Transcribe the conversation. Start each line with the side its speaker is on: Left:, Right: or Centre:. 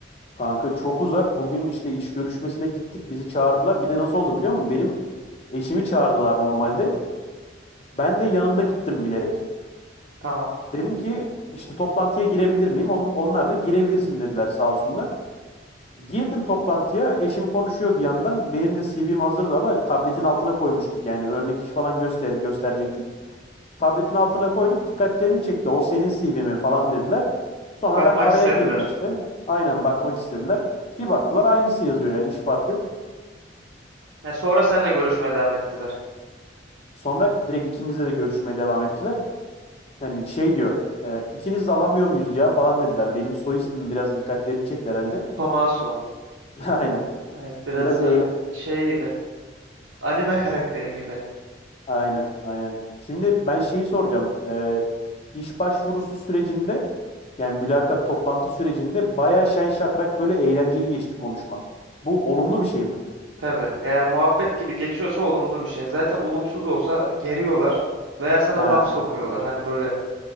Left: Kanka çok uzak. Bugün işte iş görüşmesine gittik. Bizi çağırdılar. Bir de nasıl oldu biliyor musun? Benim eşimi çağırdılar normalde. Ben de yanında gittim bilerek.
Right: Tamam.
Left: Dedim ki işte toplantıya girebilir miyim? On- onlar da girebilirsin dediler sağ olsunlar. Girdim toplantıya. Eşim konuşuyor bir yandan. Benim de CV'm hazırdı ama tabletin altına koymuştuk. Yani örnek iş falan göster gösterecektik. Tabletin altına koyduk. Dikkatlerini çekti. O senin CV mi falan dediler. Sonra
Right: Bakmak
Left: ben araya
Right: istediler.
Left: girdim işte. Aynen bakmak istediler. Bir baktılar aynısı yazıyor yani hiç fark yok.
Right: Ya sonra seninle görüşmeye devam ettiler.
Left: Sonra direkt ikimizle de görüşmeye devam ettiler. Yani şey diyor e, ikiniz de alamıyor muyuz ya falan dediler. Benim soy ismim biraz dikkatlerini çekti herhalde.
Right: Tomaso.
Left: <laughs> Aynen.
Right: Evet biraz
Left: Biraz
Right: a-
Left: da eğlen.
Right: şey gibi. Anime karakteri gibi.
Left: Aynen, aynen. Şimdi ben şeyi soracağım. Ee, iş başvurusu sürecinde yani mülakat toplantı sürecinde bayağı şen şakrak böyle eğlenceli geçti konuşma. Bu olumlu bir şey mi?
Right: Tabii. Eğer muhabbet gibi geçiyorsa olumlu bir şey. Zaten olumsuz olsa geriyorlar veya sana
Left: Ha,
Right: laf sokuyorlar. Hani böyle